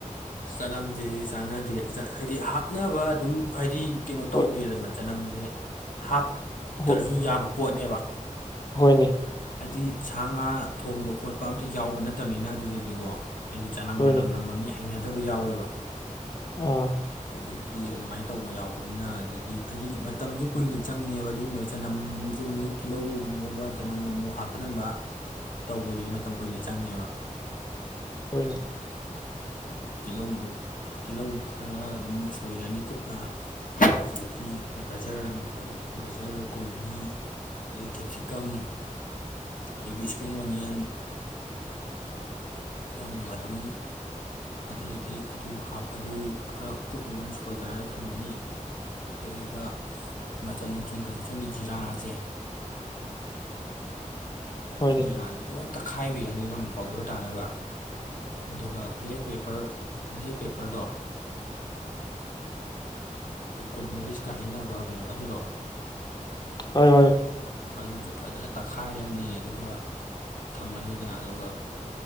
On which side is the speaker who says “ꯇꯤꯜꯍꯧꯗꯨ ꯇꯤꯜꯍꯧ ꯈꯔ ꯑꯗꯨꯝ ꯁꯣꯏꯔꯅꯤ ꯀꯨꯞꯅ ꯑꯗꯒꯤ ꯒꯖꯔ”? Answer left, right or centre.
Left